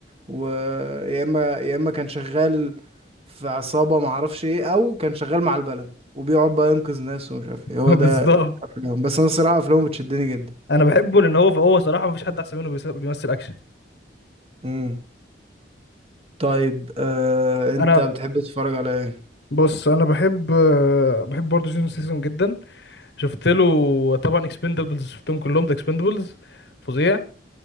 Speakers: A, on the right; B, on the left.
A: ويا إما يا إما كان شغال في عصابة معرفش إيه أو كان شغال مع البلد وبيقعد بقى ينقذ ناس ومش عارف إيه هو
B: <laughs>
A: ده
B: بالظبط
A: أفلامه بس أنا الصراحة أفلامه بتشدني جدا
B: انا بحبه لان هو هو صراحه مفيش حد احسن منه بيس- بيمثل اكشن
A: مم. طيب آه، أنت
B: انا
A: بتحب تتفرج على
B: بص انا بحب آه، بحب برضه جون سيسون جدا شفت له طبعا اكسبندبلز شفتهم كلهم ده اكسبندبلز فظيع